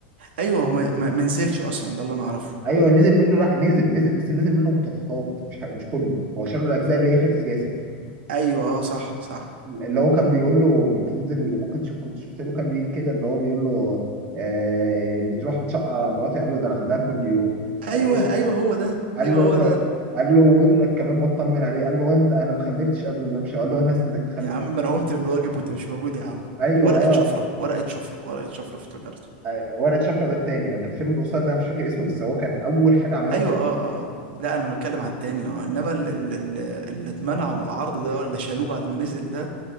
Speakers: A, on the right; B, on the right.
A: ايوه هو ما ما- ما نزلش اصلا ده اللي انا اعرفه
B: ايوه نزل منه لا نزل نزل بس نزل منه مقتطفات مش ح- مش كله هو شال له الاجزاء اللي هي في السياسه
A: ايوه اه صح صح
B: اللي هو كان بيقول له بتنزل ممكن تشوف كنت شفت له كام ريل كده اللي هو بيقول له آه بتروح بتشقى مراتي قال له ده انا عندها كل يوم
A: ايوه
B: قال له
A: ايوه هو ده
B: قال
A: ايوه
B: له
A: هو
B: طب
A: ده
B: قال له وابنك كمان بطمن عليه قال له وين ده؟ انا ما خلفتش قبل ما امشي قال له انا استناك تخلف
A: يا عم انا قمت بالواجب وانت مش موجود يا عم
B: ايوه
A: ورقة
B: اه
A: شفرة ورقة شفرة ورقة شفرة افتكرته
B: آه، ورقه شفره ده التاني لو كان الفيلم القصير ده انا مش فاكر اسمه بس هو كان اول حاجه عملوها
A: ايوه
B: في-
A: اه اه آه. لا انا بتكلم على التاني اه انما ال- ال- ال- اللي اتمنع من العرض ده ولا شالوه بعد ما نزل ده